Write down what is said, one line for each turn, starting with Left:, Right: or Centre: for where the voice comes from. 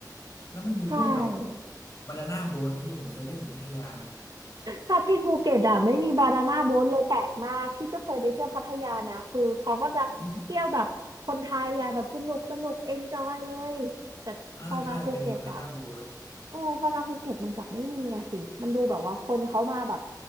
Left: แล้วมันมีพวกแบบ
Right: ใช่
Left: บานาน่าโบ๊ทนะพี่ผมเคยเล่นอยู่พัทยา
Right: ถ้าที่ภูเก็ตอ่ะไม่มีบานาน่าโบ๊ทเลยแปลกมากพี่ก็เคยไปเที่ยวพัทยานะคือเขาก็จะเที่ยวแบบคนไทยอ่ะแบบสนุกสนุกเอนจอยเลยแต่พอมาภูเก็ตอ่ะ
Left: อ๋ออ่าใช่ เป็นบานาน่าโบ๊ท
Right: โอ้พอมาภูเก็ตมันกลับไม่มีนะสิมันดูแบบว่าคนเขามาแบบ